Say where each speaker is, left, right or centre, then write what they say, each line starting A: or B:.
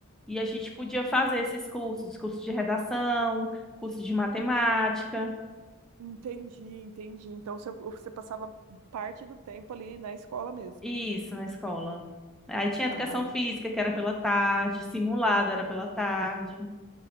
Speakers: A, in the centre; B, on the right.
A: E a gente podia fazer esses cursos, curso de redação, curso de matemática,
B: Entendi, entendi. Então você, você passava parte do tempo ali na escola mesmo.
A: isso na escola. Aí tinha educação
B: Ah, é.
A: física, que era pela tarde, simulado era pela tarde.